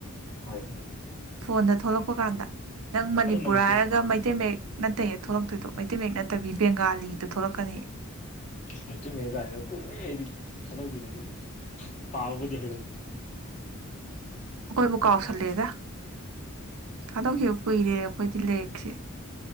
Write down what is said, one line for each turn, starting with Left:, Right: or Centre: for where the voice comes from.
Left: ꯍꯣꯏ ꯑꯗꯨꯗꯤ
Right: ꯐꯣꯟꯗ ꯊꯣꯛꯂꯛꯄ ꯀꯥꯟꯗ ꯅꯪ ꯃꯅꯤꯄꯨꯔ
Left: ꯑꯗꯣ ꯃꯅꯤꯄꯨꯔꯤ
Right: ꯍꯥꯏꯔꯒ ꯃꯩꯇꯩ ꯃꯌꯦꯛ ꯅꯠꯇꯩꯌꯦ ꯊꯣꯛꯂꯛꯇꯣꯏꯗꯣ ꯃꯩꯇꯩ ꯃꯌꯦꯛ ꯅꯠꯇꯕꯤ ꯕꯦꯡꯒꯥꯂꯤꯗꯣ ꯊꯣꯛꯂꯛꯀꯅꯤ
Left: ꯑꯁꯃꯥꯏꯨ ꯀꯥꯏꯅ ꯀꯨꯏꯔꯦ ꯑꯩꯗꯤ ꯊꯥꯗꯣꯛꯈꯤꯕ ꯑꯗꯨ ꯄꯥꯕꯕꯨꯗꯤ ꯍꯩꯔꯝꯒꯦ <inaudible>
Right: ꯀꯣꯏ ꯃꯀꯥꯥꯎꯁ ꯂꯩꯗ ꯊꯥꯗꯣꯛꯈꯤꯕ ꯀꯨꯏꯔꯦ ꯑꯩꯈꯣꯏꯗꯤ ꯂꯦꯛꯁꯦ